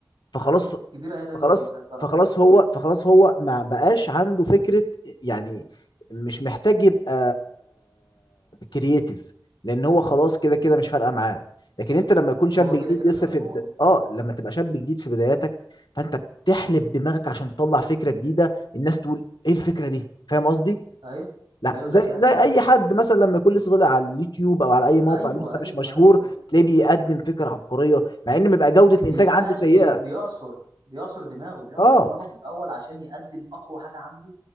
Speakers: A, on the left (about 80°); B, on the right (about 75°).
A: فخلاص
B: الراس الكبيره هي دايما
A: فخلاص
B: اللي مسيطره
A: فخلاص
B: فاهم
A: هو فخلاص هو ما بقاش عنده فكرة يعني مش محتاج يبقى كرييتيف لان هو خلاص كده كده مش فارقة معاه لكن انت لما يكون شاب
B: هو كده
A: جديد
B: كده
A: لسه
B: مضمون
A: في بد... اه لما تبقى شاب جديد في بداياتك فانت بتحلب دماغك عشان تطلع فكرة جديدة الناس تقول ايه الفكرة دي فاهم قصدي
B: ايوه
A: لا
B: ايوه
A: زي
B: ده فعلا
A: زي
B: عندك
A: اي
B: حق
A: حد مثلا لما يكون لسه طالع على اليوتيوب او على اي موقع
B: ايوه
A: لسه
B: ايوه
A: مش مشهور
B: ايوه ايوه
A: تلاقيه بيقدم فكرة عبقرية مع ان بيبقى جودة
B: بيقدم
A: الانتاج عنده سيئة
B: بيعصر بيعصر دماغه بيعصر
A: اه
B: دماغه في الأول عشان يقدم أقوى حاجة عنده